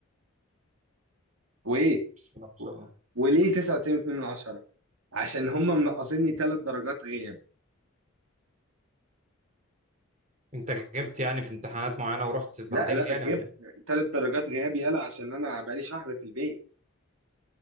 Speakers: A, on the right; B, on the right.
A: وايه
B: بسم الله ما شاء الله
A: وليه 99.2 من 10 عشان هم منقصيني ثلاث درجات غياب
B: انت غبت يعني في امتحانات معينة ورحت بعدين
A: لا لا
B: يعني
A: غبت
B: ولا ايه؟
A: ثلاث درجات غياب يلا عشان انا بقالي شهر في البيت